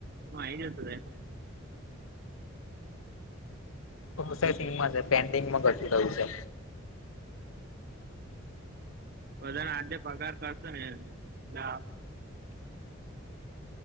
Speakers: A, on the right; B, on the left.
A: હુ આઈ જશે રે.
B: પ્રોસેસિંગમાં છે પેન્ડિંગમાં ઘ છે કયું છે.
A: બધા ને આજે પગાર કરશે ને ના